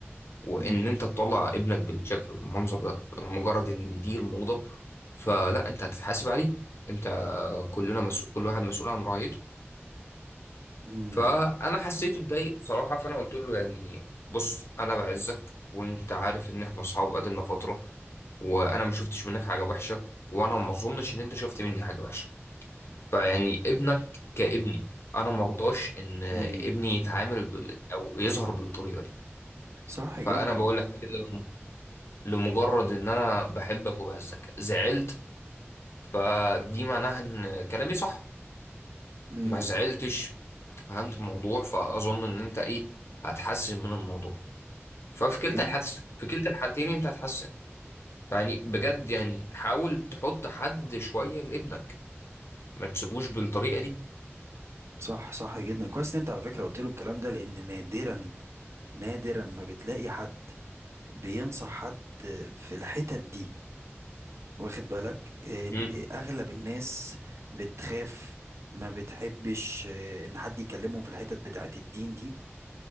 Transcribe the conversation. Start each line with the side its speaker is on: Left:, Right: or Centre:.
Left: وان
Right: امم
Left: انت تطلع ابنك بالشكل والمنظر ده مجرد ان دي الموضة فلا انت هتتحاسب عليه انت كلنا مسؤول كل واحد مسؤول عن رعيته
Right: امم
Left: فانا حسيته اتضايق بصراحة فانا قلت له يعني بص انا بعزك وانت عارف ان احنا اصحاب قدنا فترة وانا ما شفتش منك حاجة وحشة وانا ما اظنش ان انت شفت مني حاجة وحشة فيعني ابنك كابني انا ما ارضاش ان
Right: امم
Left: ابني يتعامل بال- او يظهر بالطريقة دي
Right: صح
Left: فانا
Right: جدا
Left: بقول لك كده لمجرد ان انا بحبك وبهزك زعلت فدي معناها ان كلامي صح
Right: امم
Left: ما زعلتش فهمت الموضوع فاظن ان انت ايه هتحسن من الموضوع ففي كلتا
Right: كلام
Left: الحادثه في كلتا الحالتين انت هتحسن فيعني بجد يعني حاول تحط حد شويه لابنك ما تسيبوش بالطريقه دي
Right: صح صح جدا كويس ان انت على فكره قلت له الكلام ده لان نادرا نادرا ما بتلاقي حد بينصح حد في الحتت دي واخد بالك إن-
Left: امم
Right: اغلب الناس بتخاف ما بتحبش آه، ان حد يكلمهم في الحتت بتاعت الدين دي